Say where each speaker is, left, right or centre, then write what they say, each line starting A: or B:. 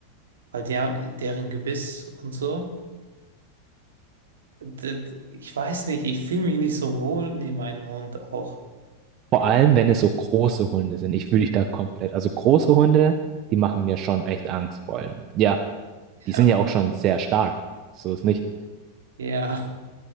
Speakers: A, on the right; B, on the right.
A: weil der, deren Gebiss und so. d- d- ich weiß nicht, ich fühle mich nicht so wohl neben einem Hund auch.
B: Vor allem, wenn es so große Hunde sind. Ich fühle dich da komplett. Also große Hunde, die machen mir schon echt Angst, vor allem. Ja.
A: Ja,
B: Die sind ja auch schon sehr stark. So ist nicht.
A: ja,